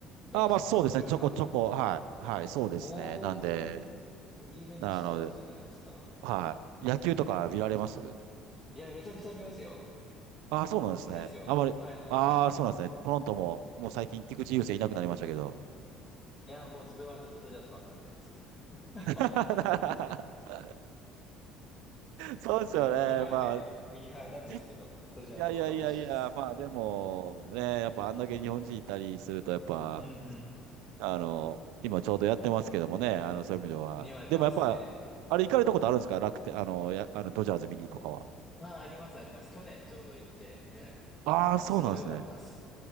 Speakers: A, on the left (about 20°); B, on the right (about 80°).
A: ベンチとかいろいろな。
B: あ、まあそうですね、ちょこちょこ、はい、はい、そうですね。
A: おー、
B: なんで、
A: 夢の仕事じゃないですか。
B: なので、はい。野球とか見られます
A: いや、めちゃくちゃ見ますよ。
B: ああ、そうなんですね。
A: 好きですよ。
B: あまり、
A: はいはいはい。
B: ああ、そうなんですね。トロントも、もう最近菊池雄星いなくなりましたけど。
A: いや、もう自分はずっとドジャースばっか見てます。<laughs>
B: <laughs> そうですよね。
A: ミーハーで、
B: まあ、
A: ミーハーなんですけど、
B: じ、い
A: ドジャーズの方が面白いです。
B: やいやいやいや、まあでも、ね、やっぱあんだけ日本人いたりすると、やっぱ、
A: うんうん。
B: あの、今ちょうどやってますけどもね、あの、そういう意味では。
A: にはやってますね。
B: でもやっぱ、あれ行かれたことあるんですか楽天、あの、や、あの、ドジャーズ見にとかは。
A: ああ、ありますあります。去年ちょうど行って、え、
B: ああ、そうなんですね。
A: すごい良かったです。